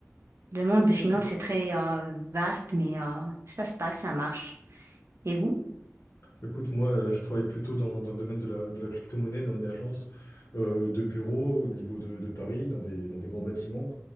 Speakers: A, on the right; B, on the left.
A: Le monde de finance
B: Ok.
A: est très euh, vaste, mais euh, ça se passe, ça marche. Et vous?
B: Écoute, moi, euh, je travaille plutôt dans, dans le domaine de la, de la crypto-monnaie, dans une agence euh, de bureau au niveau de, de Paris, dans des, dans des grands bâtiments,